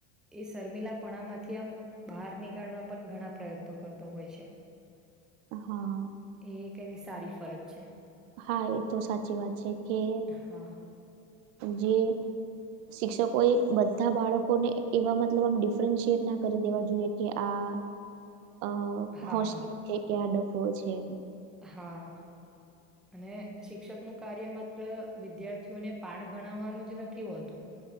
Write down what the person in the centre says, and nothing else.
એ શર્મીલાપણામાંથી આમ બહાર નીકળવા પણ ઘણા પ્રયત્નો કરતો હોય છે.
એ ક એની સારી ફરજ છે.
હા
<inaudible>
હા
હા અને શિક્ષકનુંું કાર્ય મા. વિદ્યાર્થીઓને પાઠ ભણાવવાનું જ નથી હોતું